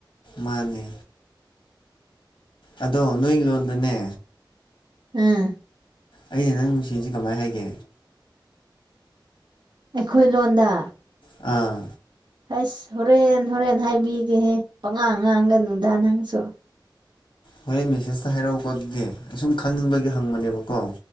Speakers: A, on the left; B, on the right.
A: ꯃꯥꯜꯂꯦ ꯑꯗꯣ ꯅꯣꯏꯒꯤ ꯂꯣꯟꯗꯅꯦ
B: ꯑꯥ
A: ꯑꯩꯅ ꯅꯪ ꯅꯨꯡꯁꯤꯌꯦꯁꯦ ꯀꯃꯥꯏꯅ ꯍꯥꯏꯒꯦ
B: ꯑꯩꯈꯣꯏ ꯂꯣꯟꯗ
A: ꯑꯥ
B: ꯑꯁ ꯍꯣꯔꯦꯟ ꯍꯣꯔꯦꯟ ꯍꯥꯏꯕꯤꯒꯦꯍꯦ ꯄꯉꯥꯡ ꯉꯥꯡꯒꯅꯨꯗ ꯅꯪꯁꯨ
A: ꯍꯣꯔꯦꯟ ꯃꯦꯁꯦꯁꯇ ꯍꯥꯏꯔꯛꯎꯀꯣ ꯑꯗꯨꯗꯤ ꯁꯨꯝ ꯈꯪꯅꯤꯡꯕꯒꯤ ꯍꯪꯕꯅꯦꯕꯀꯣ